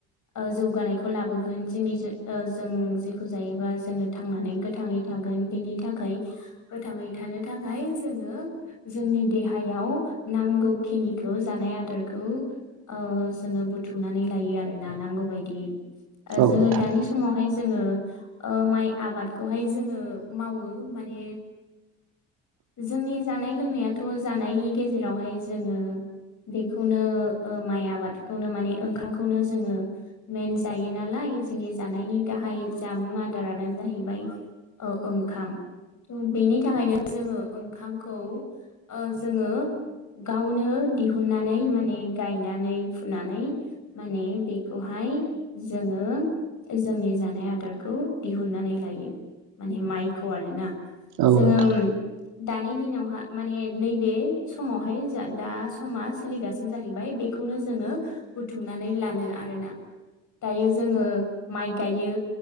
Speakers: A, on the left (about 50°); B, on the right (about 65°).
A: ओ जौगानायखौ लाबोगोन जों ओं जे खौ जायोबा जोङो थांनानै गोथाङै थागोन बेनि थाखाय गोथाङै थानो थाखाय जोङो जोंनि देहायाव नांगौखिनिखौ जानाय आदारखौ ओ जोङो बुथुमनानै लायो आरोना नांगौ बायदियै
B: औ
A: जोङो
B: नोंथां
A: दानि समावहाय जोङो ओ माइ आबादखौहाय जोङो मावो माने जोंनि जानाय लोंनायाथ' जानायनि गेजेरावहाय जोङो बेखौनो ओ माइ आबादखौनो माने ओंखामखौनो जोङो मेन जायो नालाय जोंनि जानायनि गाहाय जामुं आदारानो जाहैबाय ओ ओंखाम थ' बेनि थाखायनो जोङो ओंखामखौ ओ जोङो गावनो दिहुननानै माने गायनानै फुनानै माने बेखौहाय जोङो जोंनि जानाय आ दारखौ दिहुननानै लायो माने माइखौ आरोना
B: औ
A: जोङो
B: नोंथां
A: दानि दिनावहा माने नैबे समावहाय जा दा समा सोलिगासिनो जाहैबाय बेखौनो जोङो बुथुमनानै लानो आरोना दायो जोङो माइ गायो